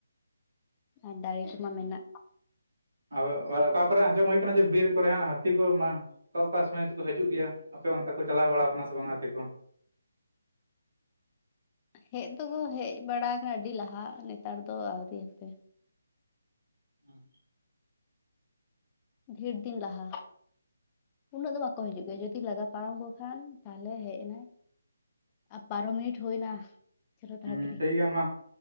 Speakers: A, on the left; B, on the right.
A: ᱟᱨ ᱫᱟᱲᱮ ᱠᱚᱢᱟ ᱢᱮᱱᱟᱜ
B: ᱟ ᱚᱠᱟ ᱠᱚᱨᱮ ᱟᱸᱡᱚᱢ ᱦᱳᱭ ᱠᱟᱱᱟ ᱡᱮ ᱵᱤᱨ ᱠᱚᱨᱮ ᱦᱟᱸᱜ ᱦᱟᱹᱛᱤ ᱠᱚ ᱢᱟ ᱚᱠᱟ ᱚᱠᱟ ᱥᱚᱢᱚᱭ ᱪᱚᱠᱚ ᱦᱤᱡᱩᱜ ᱜᱮᱭᱟ ᱟᱯᱮ ᱚᱱᱛᱮ ᱠᱚ ᱪᱟᱞᱟᱣ ᱵᱟᱲᱟᱣ ᱟᱠᱟᱱᱟ ᱥᱮ ᱵᱟᱝ ᱦᱟᱹᱛᱤ ᱠᱚ
A: ᱦᱮᱡ ᱫᱚᱠᱚ ᱦᱮᱡ ᱵᱟᱲᱟ ᱟᱠᱟᱱᱟ ᱟᱹᱰᱤ ᱞᱟᱦᱟᱜ ᱱᱮᱛᱟᱨ ᱫᱚ ᱟᱹᱣᱨᱤ ᱦᱟᱯᱮ
B: ᱦ <inaudible>
A: ᱰᱷᱤᱲ ᱫᱤᱱ ᱞᱟᱦᱟ ᱩᱱᱟᱹᱜ ᱫᱚ ᱵᱟᱠᱚ ᱦᱤᱡᱩᱜ ᱜᱮᱭᱟ ᱡᱩᱫᱤ ᱞᱟᱜᱟ ᱯᱟᱨᱚᱢ ᱠᱚ ᱠᱷᱟᱱ ᱛᱟᱦᱚᱞᱮ ᱦᱮᱡ ᱮᱱᱟᱭ ᱟᱨ ᱵᱟᱨᱚ ᱢᱤᱱᱤᱴ ᱦᱩᱭᱱᱟ ᱪᱚᱞᱚ
B: ᱦᱩᱸ
A: ᱛᱟᱲᱟᱛᱟᱲᱤ
B: ᱴᱷᱤᱠ ᱜᱮᱭᱟ